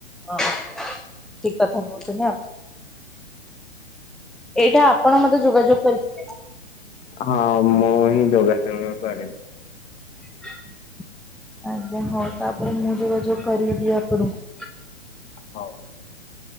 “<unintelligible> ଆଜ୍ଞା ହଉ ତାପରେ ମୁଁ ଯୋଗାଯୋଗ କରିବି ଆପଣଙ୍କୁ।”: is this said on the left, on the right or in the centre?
Centre